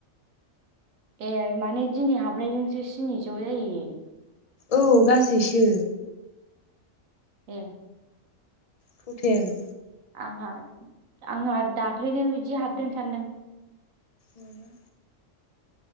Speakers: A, on the right (about 85°); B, on the left (about 40°).
A: ए माने दिनै हाबनायजोंसो स्निजौ जाहैयो।
B: औ गासैसो
A: ए
B: थ'थेल।
A: आंहा आंहा दाख्लैनो बिदि हाबदों सानदों।
B: नङा